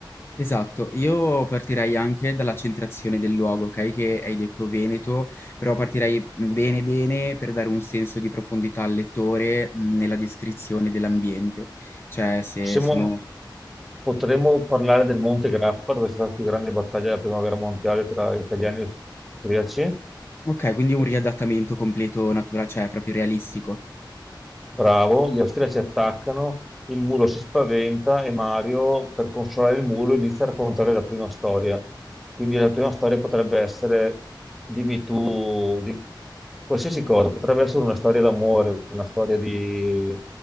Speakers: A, on the left (about 30°); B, in the centre.
A: Esatto, io partirei anche dalla centrazione del luogo, ok? Che hai detto Veneto, però partirei mhmm, bene bene per dare un senso di profondità al lettore mh, nella descrizione dell'ambiente. Cioè, se
B: Possiamo
A: sono...
B: Potremmo parlare del Monte Grappa, dove è stata la più grande battaglia della prima guerra mondiale tra italiani e austriaci.
A: Ok, quindi un riadattamento completo naturale, cioè proprio realistico.
B: Bravo, gli austriaci attaccano, il mulo si spaventa e Mario, per consolare il mulo, inizia a raccontare la prima storia. Quindi la prima storia potrebbe essere, dimmi tu, di qualsiasi cosa, potrebbe essere una storia d'amore, una storia di...